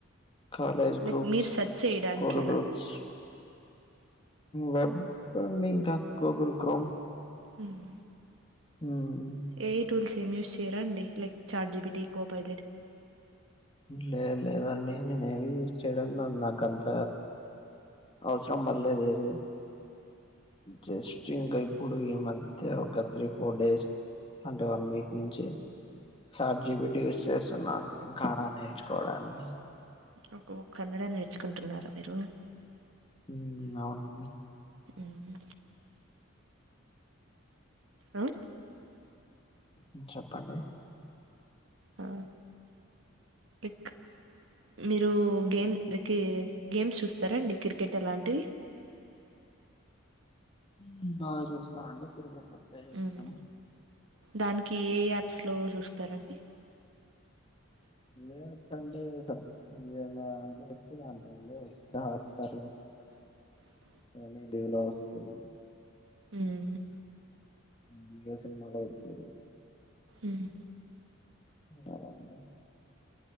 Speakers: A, on the left; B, on the right.
A: కాలేజ్
B: లైక్
A: గ్రూప్స్
B: మీరు సెర్చ్ చేయడానికి
A: స్కూల్
B: అలా
A: గ్రూప్స్ వెబ్డం ఇంకా గూగుల్ క్రోమ్
B: హ్మ్
A: ఉమ్.
B: ఏట్రూల్స్ ఏమ్ యూస్ చేయరా అండి like chat G P T కో పైలెట్
A: లేద్ లేదండి నేనేవి యూస్ చేయడంలో నాకంత అవ్సరం పల్లేదు ఏది జస్ట్ ఇంక ఇప్పుడు ఈ మధ్య ఒక త్రీ ఫోర్ డేస్ అంటే వన్ వీక్ నుంచి చాట్ జిపిటి యూస్ చేస్తన్నాండి ఇంకాడా నేర్చుకోడాన్ని
B: ఒకొ కన్నడ నేర్చుకుంటున్నారా మీరు
A: మ్మ్ అవును అండి
B: మ్మ్ ఆ
A: మ్మ్ చెప్పండి
B: ఆ లైక్ మీరూ గేమ్ ఒకే గేమ్స్ చూస్తరాండి క్రికెట్ అలాంటివి
A: హ్మ్ బా చూస్తా అండి క్రికెట్ ఒకటే చూస్తాను
B: మ్మ్ దానికీ ఏ యాప్స్ లో చూస్తారండి <inaudible>
A: ఎ ఆప్స్ అంటే ఏ దాంట్లొ వస్తే దాంట్లొ అండి వస్తే హాట్స్టర్ రు
B: <inaudible>
A: సోని టీవీలొ వస్తది
B: మ్మ్
A: వియె సినిమాలో వచ్చేది.
B: ఉమ్.
A: అలా అండి.